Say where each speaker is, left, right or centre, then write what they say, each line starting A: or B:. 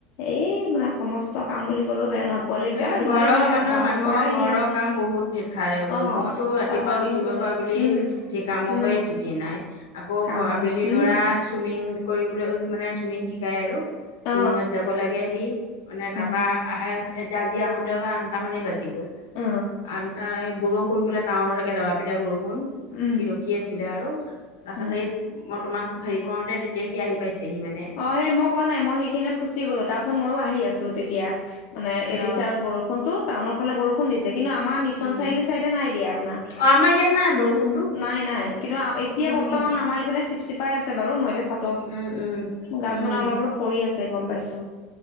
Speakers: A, on the left (about 65°); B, on the left (about 85°).
A: এই মানে সমস্ত কাম বুলি ক'লেও বেয়া নহয়। পোৱালি
B: এ
A: গা ধুৱাই
B: ঘৰৰ
A: দিয়া
B: মানুহে
A: ব্ৰাছ
B: মানুহৰ
A: কৰাই
B: ঘৰৰ
A: দিয়া
B: কাম বহুত <unintelligible>
A: অ
B: মইতো ৰাতি-
A: তাৰ পৰা
B: পুৱা
A: দিনটোলে
B: উঠিব বা বুলি
A: উম
B: সেই কাম
A: উম
B: পাই চুট- টি নাই আকৌ
A: কামো
B: আবেলি
A: উম
B: ল'ৰা চুইমিং কৰিবলৈ মানে চুইমিং শিকাই আৰু
A: অ
B: ছুইমিংত যাব লাগে সি মানে তাৰপা
A: অ
B: আহে এতিয়া আজি আহোতে অক আঠটা মানে বাজি গ'ল
A: অ
B: আণ্ডাৰ এই বৰষুণ বোলে টাউনত একে দবা পিটা বৰষুণ
A: উম
B: সি ৰখি আছিলে আৰু তাৰ পিছত
A: উম
B: এই মই তোমাক হেৰি কৰোতে তেতিয়া সি আহি পাইছেহি মানে।
A: অঁ সেই মই কোৱা নাই মই সেইখিনে ফুচি গ'লো তাৰপাছত মইয়ো আহি আছোঁ তেতিয়া। মানে এৰিছে
B: অ
A: আৰু বৰষুণটো টাউনৰ ফালে বৰষুণ দিছে কিন্তু আমাৰ মিছন
B: উম
A: চাৰিআলি চাইডে নাই দিয়া আপোনাৰ।
B: অ আমাৰ ইয়াত নাই বৰষুণটো
A: নাই নাই কিন্তু এতিয়া
B: ইয়াত
A: বৰ্তমান
B: বৰষুণ
A: আমাৰ এইফিনে চিপ চিপাই আছে বাৰু মই এতিয়া চা-
B: উম উম।
A: গাত
B: উম,
A: মানে অলপ অলপ পৰি আছে গম পাইছোঁ।